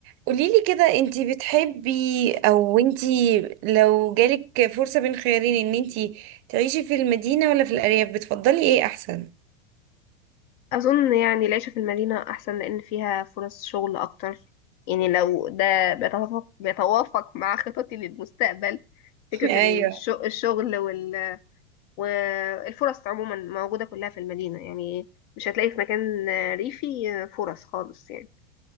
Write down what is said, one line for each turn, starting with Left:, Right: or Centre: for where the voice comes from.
Right: قوليلي كده انتي بتحبي او انتي لو جالك فرصة بين خيارين ان انتي تعيشي في المدينة ولا في الأرياف بتفضلي ايه احسن
Left: أظن يعني العيشة في المدينة أحسن لأن فيها فرص شغل أكتر يعني لو ده بيتوافق بيتوافق مع خططي للمستقبل فكرة
Right: <laughs>
Left: الش-
Right: ايوه
Left: الشغل وال... والفرص عموما موجودة كلها في المدينة يعني مش هتلاقي في مكان ريفي فرص خالص يعني